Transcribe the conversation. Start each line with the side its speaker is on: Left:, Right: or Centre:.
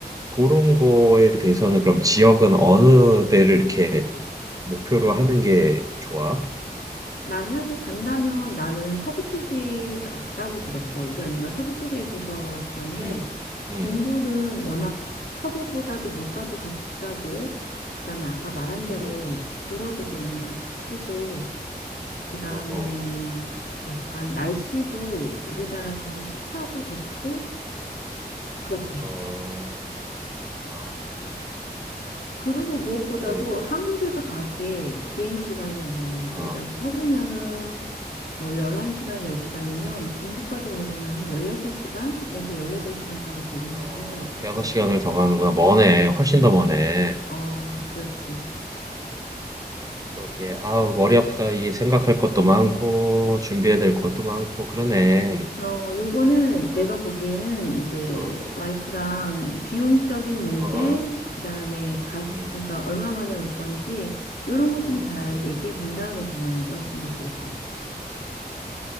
Right: 그런 거에 대해서는 그럼 지역은 어느 데를 이렇게 목표로 하는 게 좋아?
Left: 만약에 간다면 나는 서부 쪽이 낫다고 들었어. 우리 언니가 서부 쪽에 있어서 그런데
Right: 음, 음,
Left: 동부는 워낙 서부보다도 물가도 더 비싸고 그다음에 아까 말한
Right: 음,
Left: 대로
Right: 음,
Left: 불어도 좀 같이 쓰고 그다음에
Right: 어, 어,
Left: 약간 날씨도 우리나라처럼 습하고 덥고 그렇대.
Right: 어. 아,
Left: 그리고 무엇보다도
Right: 오케이. 예.
Left: 한국에서 가기에 비행 시간이 뭐
Right: 어,
Left: 예를 들어서 서부면은 뭐 11시간, 10시간이면 동부까지 가려면 한 16시간에서
Right: 어,
Left: 18시간까지 걸린다고
Right: 어,
Left: 하더라고 한국에서.
Right: 대여섯 시간을 더 가는구나. 머네. 훨씬 더 머네.
Left: 어, 그렇지.
Right: 음, 그렇게, 아우, 머리 아프다. 이 생각할 것도 많고, 준비해야 될 것도 많고, 그러네.
Left: 어, 요거는
Right: 어,
Left: 내가 보기에는 이제
Right: 어,
Left: 와이프랑 비용적인 문제,
Right: 어, 어,
Left: 그다음에 가
Right: 음,
Left: 그러니까 얼마 만에 올 건지 요런 거 좀
Right: 음,
Left: 잘
Right: 음.
Left: 얘기해 본 다음에 정하는 게 훨씬 더 좋을 것 같아.
Right: 음.